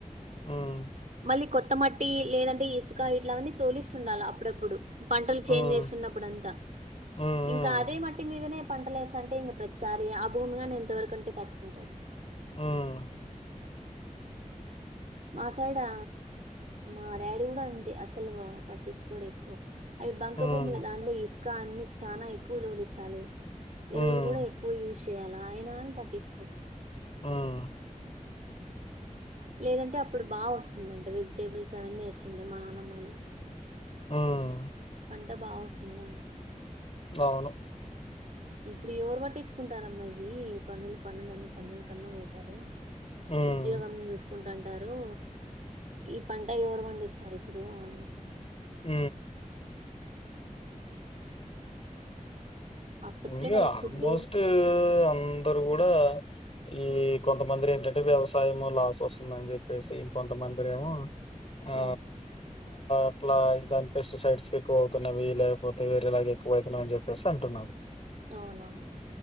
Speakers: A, on the left; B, on the right.
A: హ్మ్.
B: మళ్ళీ కొత్తమట్టి లేదంటే ఇసుక ఇట్ల అవన్నీ తోలిస్తుండాల అప్పుడప్పుడు పంటలు
A: హ్మ్.
B: చేంజ్ చేస్తున్నప్పుడు అంతా
A: హ్మ్. హ్మ్.
B: ఇంకా అదే మట్టి మీదనే పంటలు ఎస్తంటే ఇంక ప్రతిసారీ ఆ భూమిగాని ఎంతవరకు అంటే తట్టుకుంటది
A: మ్మ్
B: మా సైడా మా డాడీ కూడా అంతే అసలు పట్టించుకోడు ఎక్కువ అవి బంక
A: హ్మ్.
B: భూములు దానిలో ఇసుకా అన్ని చాలా ఎక్కువ తోలిచ్చాలి
A: హ్మ్.
B: ఎరువులు కూడా ఎక్కువ యూజ్ చేయాల అయినా గాని పట్టించుకోడు
A: హ్మ్మ్
B: లేదంటే అప్పుడు బాగా వస్తుంది అంట వెజిటేబుల్స్ అవన్నీ వేస్తుండే మా నానమ్మోళ్ళు
A: హ్మ్
B: పంట బా వస్తుంది అంటుంది
A: అవును
B: ఇప్పుడు ఎవరు పట్టించుకుంటారమ్మా ఇవి పన్లు పన్లు అన్ని పనులు కన్నా పోతారు
A: హ్మ్.
B: ఉద్యోగం చూస్ కుంటఉంటారు ఈ పంట ఎవరు పండిస్తారు ఇప్పుడు అని
A: ఉ
B: అప్పట్లో
A: ఉంది గా
B: వాళ్ళ
A: ఆల్మోస్ట్
B: ఫుడ్
A: అందరు కూడా ఈ కొంతమంది రే ఏంటంటే వ్యవసాయం లాస్ వస్తుందని చెప్పేసి ఇంకొంతమందిరేమో ఆ
B: అవును
A: అట్లా దాని పెస్టిసైడ్స్ ఎక్కువ అవుతున్నవి లేకపోతే వేరే ఇలాగ ఎక్కువ అవుతున్నావి అని చెప్పేసి అంటున్నారు
B: అవునవును